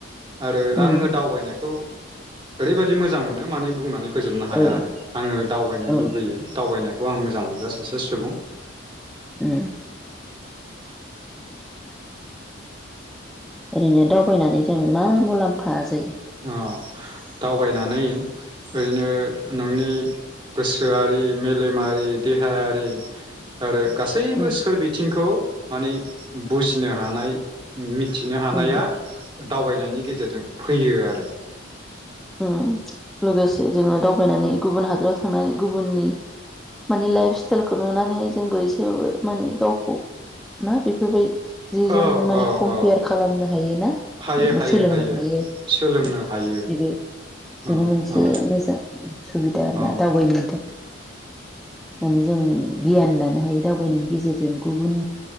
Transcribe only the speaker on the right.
आरो
आङो दावबायनायखौ ओरैबायदि मोजां मोनो माने बुंनानै फोजोबनो हाया
आरो आङो दावबायनो
लुबैयो दावबायनाय <unintelligible> आं मोजां मोनग्रा सासे सुबुं।
अ दावबायनानै ओरैनो नोंनि गोसोआरि, मेलेमारि, देहायारि आरो गासैबो
सोर बिथिंखौ माने बुजिनो हानाय <unintelligible> मिथिनो हानाया
दावबायनायनि गेजेरजों फैयो आरो। <unintelligible>
औ
औ
औ
हायो हायो
सोलोंनो
हायो
औ
औ
औ